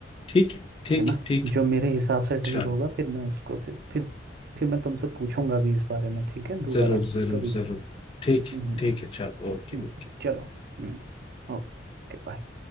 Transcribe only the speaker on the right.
है ना
जो मेरे हिसाब से ठीक
होगा फिर मैं उसको फिर फिर फिर मैं तुमसे पूछूंगा भी इस बारे में ठीक है दोबारा
कभी
हम्म हम्म,
हम्म, चलो हम्म Okay bye